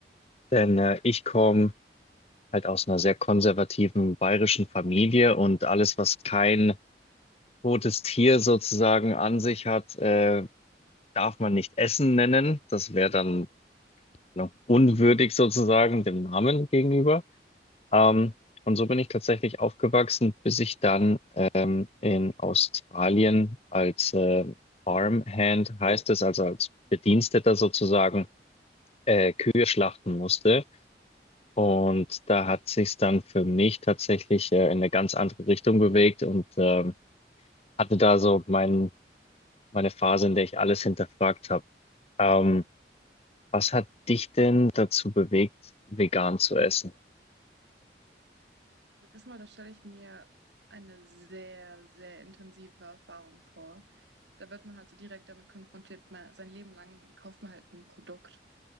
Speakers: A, on the left; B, on the right.
A: Denn äh, ich komme halt aus einer sehr konservativen bayerischen Familie und alles, was kein totes Tier sozusagen an sich hat, äh, darf man nicht Essen nennen. Das wäre dann ne, unwürdig sozusagen dem Namen gegenüber. Ähm, und so bin ich tatsächlich aufgewachsen, bis ich dann ähm, in Australien als äh, Farmhand heißt es, also als Bediensteter sozusagen, äh, Kühe schlachten musste. Und da hat sich's dann für mich tatsächlich äh, in eine ganz andere Richtung bewegt und ähm, hatte da so mein, meine Phase, in der ich alles hinterfragt habe. Ähm, was hat dich denn dazu bewegt, vegan zu essen?
B: Also Erstmal, da stelle ich mir eine sehr, sehr intensive Erfahrung vor. Da wird man halt so direkt damit konfrontiert, man, sein Leben lang kauft man halt ein Produkt,